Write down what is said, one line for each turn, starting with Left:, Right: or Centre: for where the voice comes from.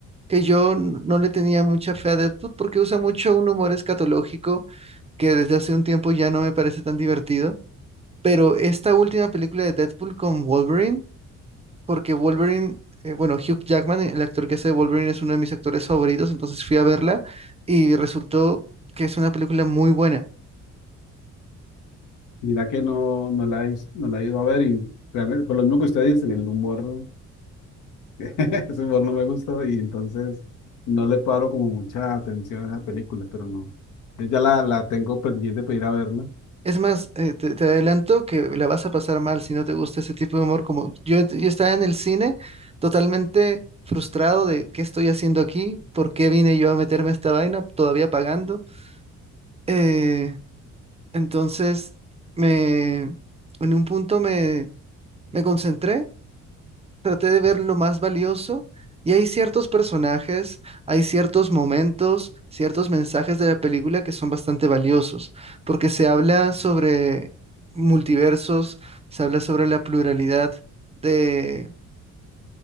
Right: que yo n- no le tenía mucha fe a Deadpool porque usa mucho un humor escatológico que desde hace un tiempo ya no me parece tan divertido. Pero esta última película de Deadpool con Wolverine porque Wolverine, eh, bueno, Hugh Jackman, el actor que hace de Wolverine, es uno de mis actores favoritos, entonces fui a verla y resultó que es una película muy buena.
Left: Mira que no, no la, he- vis- no la he ido a ver y realmente, por lo mismo que usted dice, el humor. <laughs> Ese humor no me gusta y entonces no le paro como mucha atención a esa película, pero no. Yo Ya la, la tengo pendiente para ir a verla.
Right: Es más, eh, te, te adelanto que la vas a pasar mal si no te gusta ese tipo de humor, como yo, yo estaba en el cine totalmente frustrado de qué estoy haciendo aquí, por qué vine yo a meterme a esta vaina, todavía pagando. Eh, entonces, me, en un punto me, me concentré traté de ver lo más valioso y hay ciertos personajes, hay ciertos momentos, ciertos mensajes de la película que son bastante valiosos, porque se habla sobre multiversos, se habla sobre la pluralidad de